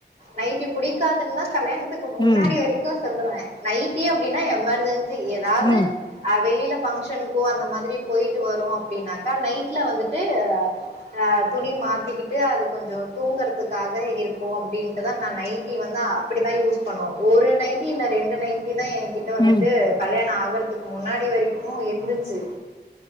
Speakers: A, on the right (about 35°); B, on the left (about 25°).
A: நைட்டி புடிக்காதுன்னா கல்யாணத்துக்கு முன்னாடி
B: ம்
A: வரைக்கு சொல்லுவ நைட்டி அப்டின்னா எமர்ஜென்சி எதாது
B: ம்
A: வெளியில பங்ஷனுக்கோ அந்த மாதிரி போயிட்டு வரோ அப்டின்னாக்கா நைட்ல வந்துட்டு ஆ துணி மாத்திக்கிட்டு அது கொஞ்சோ தூங்றதுக்கு இருக்கு அப்டின்ட்டு தா நா நைட்டி வந்து அப்டிதா யூஸ் பண்ணுவோ ஒரு நைட்டி இல்ல ரெண்டு நைட்டி தா எ கிட்ட வந்துட்டு
B: ம்
A: கல்யாண ஆக றத்துக்கு முன்னாடி வரைக்கும்மோ இருந்துச்சு